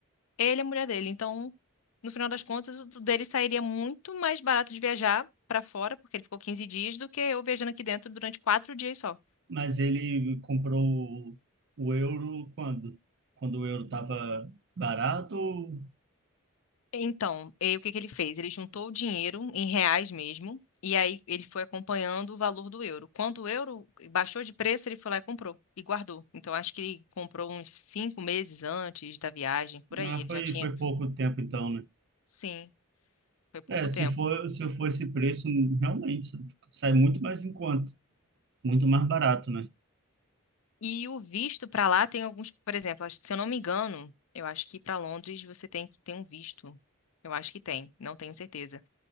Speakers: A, on the left (about 70°); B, on the right (about 55°).
A: ele e a mulher dele. Então, no final das contas, o dele sairia muito mais barato de viajar pra fora, porque ele ficou 15 dias, do que eu viajando aqui dentro durante quatro dias só.
B: Mas ele comprou o euro quando? Quando o euro estava barato?
A: Então, eh, o que que ele fez? Ele juntou o dinheiro em reais mesmo, e aí ele foi acompanhando o valor do euro. Quando o euro baixou de preço, ele foi lá e comprou e guardou. Então, acho que ele comprou uns cinco meses antes da viagem, por aí.
B: Ah,
A: Ele
B: foi,
A: já tinha.
B: foi pouco tempo então, né?
A: Sim, foi pouco
B: É, se
A: tempo.
B: for, se for esse preço, realmente sai muito mais em conta, muito mais barato, né?
A: E o visto para lá tem alguns, por exemplo, acho- se eu não me engano, eu acho que para Londres você tem que ter um visto. Eu acho que tem, não tenho certeza.